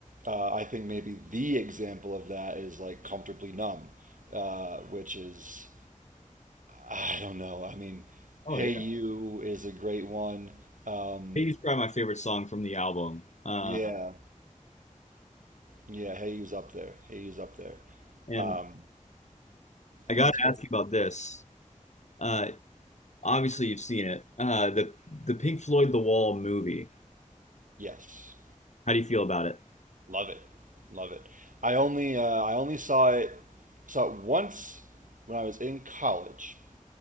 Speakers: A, on the right (about 80°); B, on the left (about 60°).
A: uh, I think maybe the example of that is like comfortably numb, uh, which is I don't know. I mean,
B: Oh
A: Hey
B: yeah,
A: You is a great one. Um,
B: Hey probably my favorite song from the album. Uh,
A: yeah, yeah. Hey You's up there. Hey You's up there.
B: and
A: Um,
B: I gotta
A: no, it's great.
B: ask you about this. Uh, obviously, you've seen it. Uh, the the Pink Floyd The Wall movie.
A: Yes,
B: How do you feel about it?
A: love it, love it. I only uh, I only saw it saw it once when I was in college,